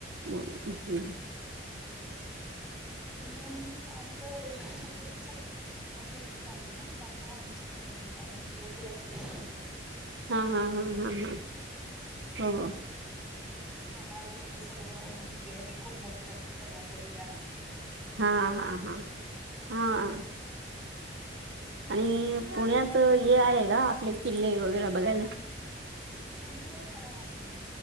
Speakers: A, on the right (about 75°); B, in the centre.
A: <unintelligible> हम्म.
B: तुम्ही आमचं एज्युकेशन केलं सगळीकडे. मी कोल्हापूरला चालोय ना आता, आमचं कसं झालं आम्ही कोल्हापुरात सगळं
A: हा हा हा हा हा हो हो.
B: आम्हाला तिथलं सगळं माहिती आहे, कोल्हापुरातल्या सगळ्या गल्ल्या.
A: हां हां हां हां. आणि पुण्यात हे आहे का आपले किल्ले वगैरे बघायला?
B: ते शनिवार वाडा आहे